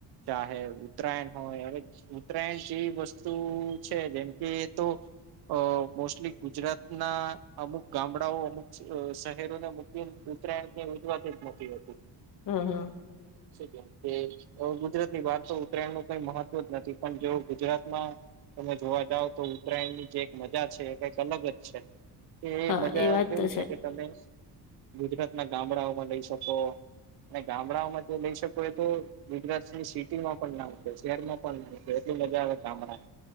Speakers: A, on the right (about 65°); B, on the left (about 50°).
A: ચાહે ઉત્તરાયણ હોય હવે ઉત્તરાયણ જેવી વસ્તુ છે જેમ કે તો અ મોસ્ટલી ગુજરાતના અમુક ગામડાઓ અમુક શહેરોને મુખ્ય ઉત્તરાયણ ની રજવાત જ મળતી હતી
B: હમ હમ
A: કે ગુજરાત ની વા તો ઉત્તરાયણ નું કઈ મહત્વ જ નથી પણ જો ગુજરાતમાં તમે જોવા જાવ તો ઉત્તરાયણ ની જે એક મજા છે કઈક અલગ જ છે કે એ
B: હા.
A: મજા
B: વાત
A: કેવું
B: તો
A: છે કે તમે ગુજરાત ના ગામડાઓમાં લઈ શકો અને ગામડાઓમાં જો લઈ શકો એ તો ગુજરાતની સિટીમાં પણ ના શહેરમાં પણ ના એટલી મજા આવે ગામણાં